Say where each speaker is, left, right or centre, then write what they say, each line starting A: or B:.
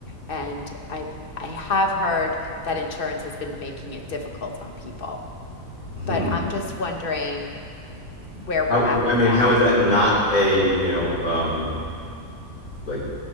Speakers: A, on the left; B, on the left.
A: And I I have heard that insurance has been making it difficult on people.
B: Hmm.
A: But I'm just wondering where we're
B: How
A: at with
B: I mean,
A: that.
B: how is that not a, you know, um like